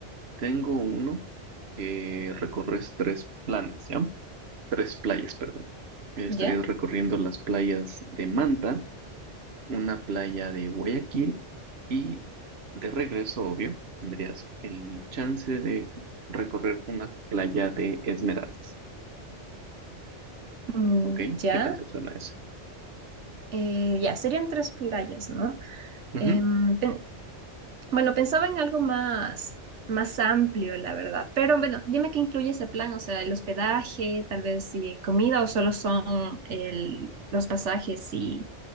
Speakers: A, on the right (about 60°); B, on the right (about 80°).
A: tengo uno que recorres tres planes, ¿ya? Tres playas, perdón. Eh, estarías
B: ¿Ya?
A: recorriendo las playas de Manta. una playa de Guayaquil y de regreso, obvio, tendrías el chance de recorrer una playa de Esmeraldas.
B: Mm,
A: ¿Ok?
B: ya.
A: ¿Qué tal te suena eso?
B: Eh, ya, serían tres playas, ¿no?
A: Ujú,
B: Em, pen- bueno, pensaba en algo más, más amplio, la verdad. Pero bueno, dime qué incluye ese plan, o sea, el hospedaje, tal vez si comida o solo son el- los pasajes y,